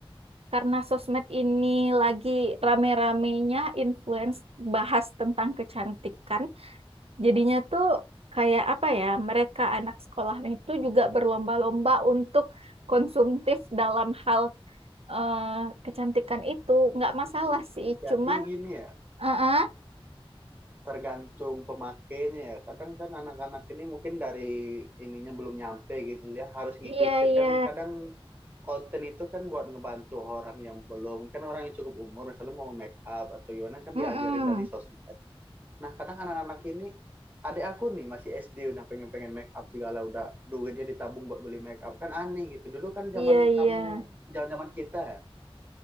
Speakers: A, on the right; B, on the right.
A: karena sosmed ini lagi rame-ramenya influence bahas tentang kecantikan, jadinya tuh kayak apa ya, mereka anak sekolah itu juga berlomba-lomba untuk konsumtif dalam hal eh, kecantikan itu. Nggak masalah
B: Hmm,
A: sih,
B: jadi
A: cuman
B: gini ya,
A: eh, eh,
B: tergantung pemakainya ya. Kadang kan anak-anak ini mungkin dari ininya belum nyampe gitu ya, harus ngikutin
A: iya iya,
B: kan kadang konten itu kan buat ngebantu orang yang belum, kan orang yang cukup umur misalnya mau make up atau gimana kan
A: Mm-mm.
B: diajarin dari sosmed. Nah, kadang anak-anak ini adik aku nih masih SD udah pengen-pengen make up segala udah duitnya ditabung buat beli make up kan aneh gitu. Dulu kan zaman
A: Iya iya,
B: kamu zaman-zaman kita ya,